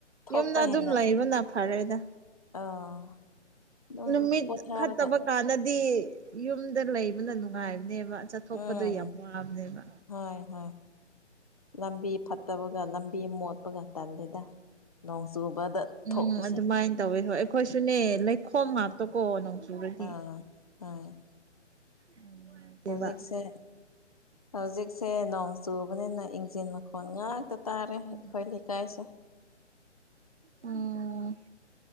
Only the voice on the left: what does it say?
ꯊꯣꯛꯄ
ꯍꯦꯟꯅ
ꯑꯥ ꯑꯗꯨꯝ
ꯄꯣꯊꯥꯔꯒ
ꯎꯝ
ꯍꯣꯏ ꯍꯣꯏ ꯂꯝꯕꯤ ꯐꯠꯇꯕꯒ ꯂꯝꯕꯤ ꯃꯣꯠꯄꯒ ꯇꯜꯂꯦꯗ ꯅꯣꯡ ꯆꯨꯕꯗ ꯊꯣꯛꯄꯁꯦ
ꯎꯝ
ꯑꯥ ꯍꯣꯏ
ꯍꯧꯖꯤꯛꯁꯦ ꯍꯧꯖꯤꯛꯁꯦ ꯅꯣꯡ ꯆꯨꯕꯅꯤꯅ ꯏꯟꯖꯤꯟ ꯃꯈꯣꯟ ꯉꯥꯛ ꯇ ꯇꯥꯔꯦ ꯑꯩꯈꯣꯏ
ꯂꯩꯀꯥꯏꯁꯦ